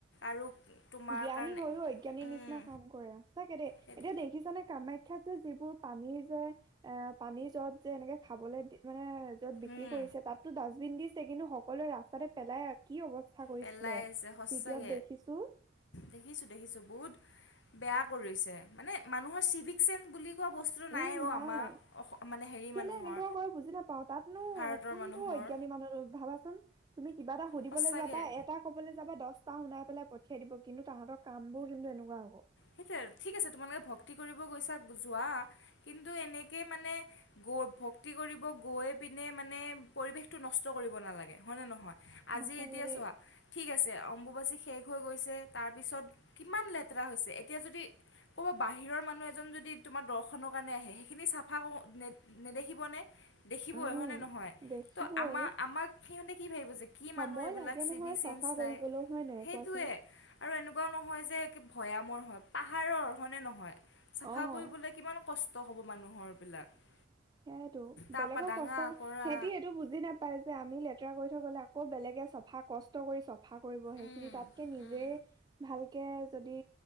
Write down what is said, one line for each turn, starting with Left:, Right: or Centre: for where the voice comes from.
Left: আৰু তোমাৰ
Right: জ্ঞানী
Left: কাৰণে
Right: হৈয়ও অজ্ঞানীৰ
Left: উম
Right: নিচিনা কাম সঁচাকে দেই
Left: সেইটো
Right: এতিয়া দেখিছানে কামাখ্যাত যে যিবোৰ পানীৰ জাৰ অ পানীৰ জাৰত যে এনেকে খাবলৈ দি মানে য'ত বিক্ৰী
Left: উম
Right: কৰিছে তাতো ডাষ্টবিন দিছে কিন্তু সকলোৱে ৰাস্তাতে পেলাই কি অৱস্থা। কৰিছিলে
Left: পেলাই আছে সঁচাকৈ
Right: ভিডিঅ' ত দেখিছো।
Left: দেখিছোঁ দেখিছোঁ বহুত বেয়া কৰিছে মানে মানুহৰ চিভিক চেন্ বুলি কোৱা বস্তুটো
Right: উম
Left: অ'
Right: নাই
Left: আমাৰ মানে হেৰি
Right: কেলে
Left: মানুহৰ
Right: এনেকুৱা কৰে বুজি নাপাওঁ তাত নো
Left: ভাৰতৰ
Right: কোনটো
Left: মানুহৰ
Right: জ্ঞানী মানুহ ভাবা চোন তুমি কিবা এটা সুধিবলে
Left: সঁচাকৈ
Right: যাবা এটা কবলে যাবা দছ শুনাই পেলাই পঠিয়াই দিব কিন্তু তাহাঁতৰ কাম বোৰ কিন্তু এনেকুৱা হ'ব।
Left: সেইটোৱে ঠিক আছে তোমালোকে ভক্তি কৰিব গৈছা যোৱা। কিন্তু এনেকে মানে ভক্তি কৰিব গৈ পিনে মানে পৰিৱেশটো নষ্ট কৰিব নালাগে। হয়নে নহয়? আজি
Right: সঁচাকে
Left: এতিয়া
Right: দেই
Left: চোৱা, ঠিক আছে অম্বুবাচী শেষ হৈ গৈছে তাৰ পিছত কিমান লেতেৰা হৈছে। এতিয়া যদি ক'বা বাহিৰৰ মানুহ এজন যদি তোমাৰ দৰ্শনৰ কাৰণে আহে সেইখিনি চাফা <unintelligible> নেদেখিব নে? দেখিব
Right: উম,
Left: হয় নে নহয়?
Right: দেখিবয়ে
Left: কিন্ত আম আমাক সিহঁতে কি ভাবিব কি
Right: সময়
Left: মানুহ এইবিলাক
Right: লাগে
Left: চি
Right: নহয়
Left: চেন
Right: চাফা কৰিবলৈও
Left: নাই।
Right: হয় নাই
Left: সেইটোয়ে
Right: কোৱাচোন?
Left: আৰু এনেকুৱাও নহয় যে ভৈয়ামৰ হয়। পাহাৰৰ অৰ্হনে নহয়? চাফা
Right: অ'।
Left: কৰিবলৈ কিমান কষ্ট হ'ব মানুহৰবিলাক।
Right: সেইয়েতটো
Left: তাৰপৰা
Right: বেলেগৰ
Left: ডাঙা
Right: কষ্টৰ
Left: কৰা
Right: সিহঁতি সেইটো বুজি নাপাই যে আমি লেতেৰা কৰি থ গ'লে আক আকৌ বেলেগে চফা কষ্ট কৰি চফা কৰিবহে
Left: উম
Right: খিনি তাতকে নিজে
Left: উম
Right: ভাল কে যদি